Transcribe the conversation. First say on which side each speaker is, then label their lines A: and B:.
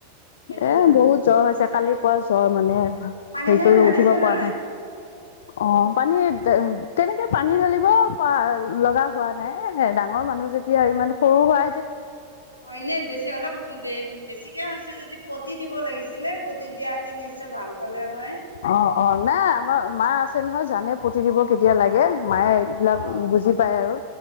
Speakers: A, on the left; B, on the left.
A: সেইটো
B: এ
A: হয়
B: বহুত জ্বৰ হৈছে কালি পুৱা জ্বৰ মানে
A: পানী
B: সেই
A: চানী
B: কৰি
A: ঢালিছে
B: উঠিব
A: নে
B: পৰা নাই অ পানী তেনেকে পানী ধৰিব পোৱা লগা হোৱা নাই এ ডাঙৰ মানুহ যেতিয়া ইমান সৰু হোৱা
A: অ এনেই বেছি অলপ বেছিকে হৈছে যদি পতি দিব লাগিছিলে পতি দিয়া নিশ্চয় ভাল পালে হয়
B: অ অ নাই আমাৰ মা আছে নহয় জানে প দিব কেতিয়া লাগে মায়ে এইবিলাক
A: অ
B: বুজি পায় আৰু